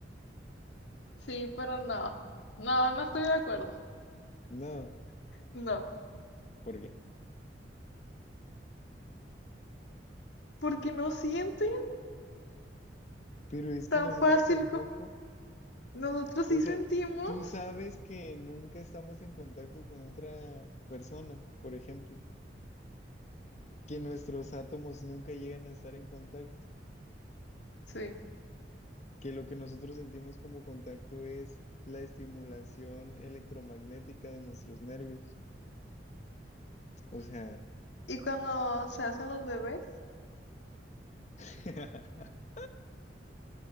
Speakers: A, on the left; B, on the left.
A: Sí, pero no. No, no estoy de acuerdo.
B: No,
A: No.
B: ¿por qué?
A: Porque no sienten
B: Pero es que
A: tan
B: nosotros
A: fácil
B: tampoco.
A: como nosotros
B: O
A: sí
B: sea,
A: sentimos.
B: tú sabes que nunca estamos en contacto con otra persona, por ejemplo, que nuestros átomos nunca llegan a estar en contacto,
A: Sí.
B: que lo que nosotros sentimos como contacto es la estimulación electromagnética de nuestros nervios. O sea,
A: Y cuando se hacen los bebés,
B: <laughs>